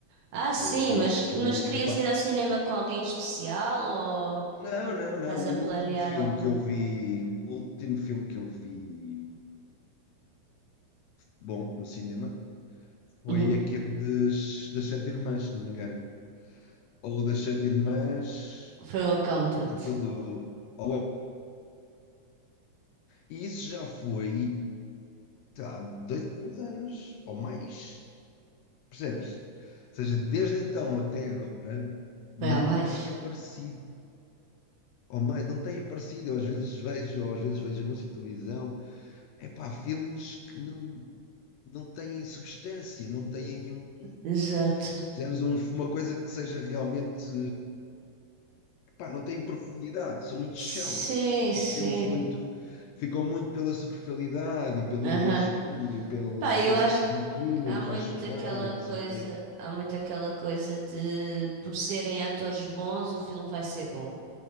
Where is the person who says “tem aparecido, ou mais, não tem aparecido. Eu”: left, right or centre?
Left